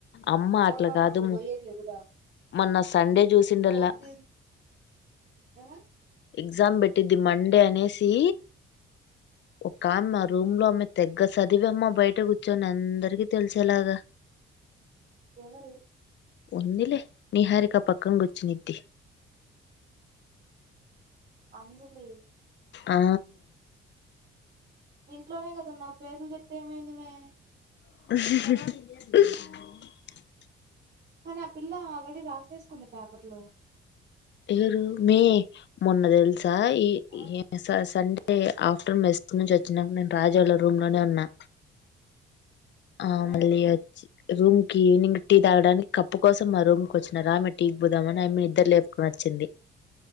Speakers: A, on the left; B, on the right.
A: అమ్మ
B: ఫోటోకి
A: అట్లా కాదు
B: అప్పుడు పోయేది లేవురా
A: మొన్న సండే చూసిండల్లా
B: ఫోర్త్ ఏమ
A: ఎగ్జామ్ పెట్టిద్ది మండే అనేసి ఓ కామ్ మా రూమ్ లో ఆమె తెగ్గ చదివమ్మ బయట కూర్చొని అందరికీ తెలిసేలాగా
B: ఎవరు
A: ఉందిలే నిహారిక పక్కన కూర్చున్ది
B: అంజలి
A: ఆ
B: ఇంట్లోనే కదా ఉన్నావ్ పేర్లు చెప్తే ఏమైంది మే
A: <inaudible>
B: కానీ ఆ పిల్లా ఆల్రెడీ రాసేసుకుంది పేపర్ లో
A: ఇరు మే మొన్న తెల్స్ సా ఈ
B: ఆ,
A: య స సండే అంటే ఆఫ్టర్నూన్ మెస్ నుంచి వోచిన్నంక నేను రాజోళ్ళ రూమ్ లోనే ఉన్నా ఆ
B: ఉమ్,
A: మళ్ళీ వచ్చి రూమ్ కి ఈవినింగ్ టీ తాగడానికి కప్పు కోసం మా రూమ్ కోచ్చినారు ఆమె టీకి పోదామని ఆమె ఇద్దరు లేపుకోనోచ్చింది